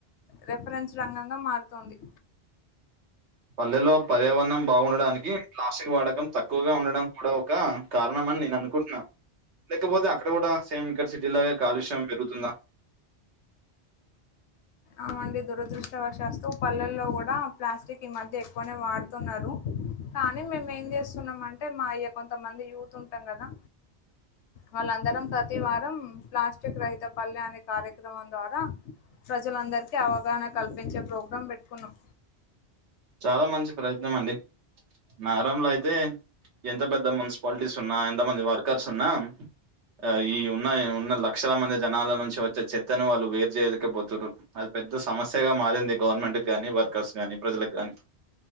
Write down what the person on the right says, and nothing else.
పల్లెలో పర్యావరణం బాగుండడానికి ప్లాస్టిక్ వాడకం తక్కువగా ఉండడం కూడా ఒక కారణంమని నేను అనుకుంటున్నా లేకపోతే అక్కడ కూడా సేమ్ ఇక్కడ సిటీ లాగా కాలుష్యం పెరుగుతుందా
చాలా మంచి ప్రయత్నం అండి నగరంలో అయితే ఎంత పెద్ద మున్సిపాలిటీస్ ఉన్నా ఎంత మంది వర్కర్స్ ఉన్నా ఆ ఈ ఉన్న ఉన్న లక్షల మంది జనాల నుంచి వచ్చే చెత్తను వాళ్ళు వేరు చేయలేక పోతురు పెద్ద సమస్యగా మారింది గవర్నమెంట్కి కానీ వర్కర్స్ కానీ ప్రజలకు కానీ